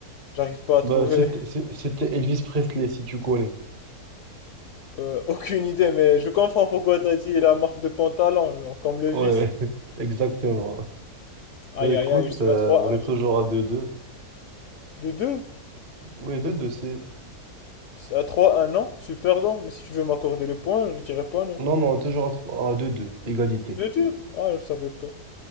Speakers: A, on the left; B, on the right.
A: j'arrive pas à
B: Bah,
A: trouver.
B: c'était
A: <laughs>
B: c'est- c'était Elvis Presley, si tu connais.
A: Euh, aucune idée, mais je comprends pourquoi t'as dit la marque de pantalon, genre, comme le
B: Ouais,
A: vice.
B: <laughs> exactement.
A: Aïe,
B: Bah, écoute,
A: aïe, aïe, je suis
B: euh,
A: à 3-1.
B: on est toujours à deux deux
A: De 2?
B: Oui, deux deux c'est.
A: À 3, un an, c'est perdant. Mais si tu veux m'accorder le point, je dirais pas non.
B: Non, non, on est toujours à trois- à deux deux égalité.
A: Bien sûr. Ah, je savais pas.